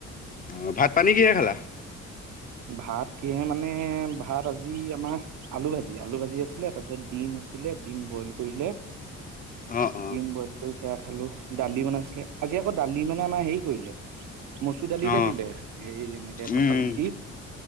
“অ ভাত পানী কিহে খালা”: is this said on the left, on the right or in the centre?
Left